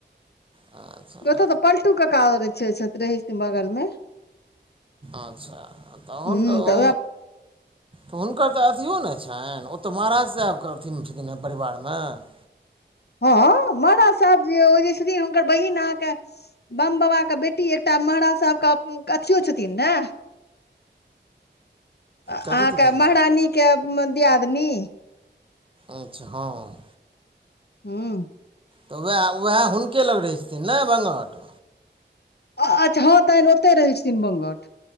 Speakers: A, on the right; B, on the left.
A: अच्छा
B: ओतऽ तऽ पलटू कक्का रहै छै-छत-रहै छथिन बगल में।
A: आंच्छा तऽहन
B: ह
A: कहू
B: तऽ उएह
A: तऽ हुनकर तऽ अथियो न छैन? ओ तऽ महाराज सहैब के अथी में छथिन ने परिवार में?
B: हँ, महराज सहैब जे ओ जे छथिन हुनकर बहिन आहाँ के बमबबाके बेटी एकटा महराज सहैब के अथियो छथिन ने? अहाँ
A: कथी छथिन
B: के महरानी के दियादनी।
A: अच्छा हँ।
B: हूँम्म।
A: तऽ वैह-वैह हुनके लग रहै छथिन ने बंगट?
B: अ-अच्छा हँ तहैन ओत्तै रहै छथिन बंगट।